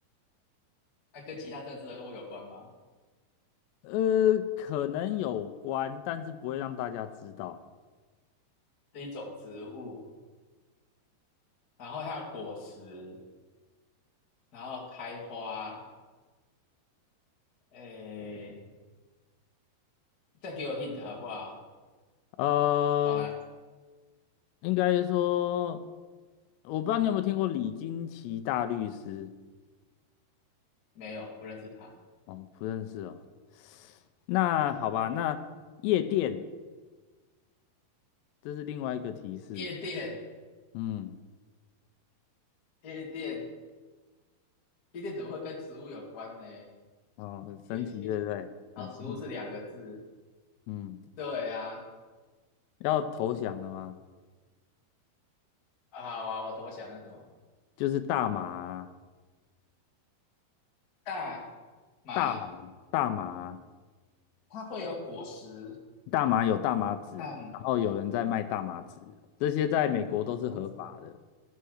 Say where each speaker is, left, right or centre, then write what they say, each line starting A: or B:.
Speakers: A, on the left; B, on the left.
A: 那、跟其他政治人物有关吗？
B: 呃，可能有关，但是不会让大家知道。
A: 是一种植物，然后它有果实，然后开花，诶，再给我 hint 好不好？
B: 呃，
A: 好来，
B: 应该说，我不知道你有没有听过李金奇大律师？
A: 没有，不认识他，
B: 哦，不认识哦。那好吧，那夜店，这是另外一个提示。
A: 夜店，
B: 嗯，
A: 夜店，夜店怎么会跟植物有关呢？
B: 哦，很神奇，
A: 夜店，
B: 对不对？
A: 然后植物是两个字，
B: 很神奇。嗯，
A: 对啊，
B: 要投降了吗？
A: 啊好啊，我投降了什么？
B: 就是大麻啊
A: 大麻
B: 大麻、大麻、
A: 它会有果实，
B: 大麻有大麻籽，
A: 但
B: 然后有人在卖大麻籽，这些在美国都是合法的。
A: 种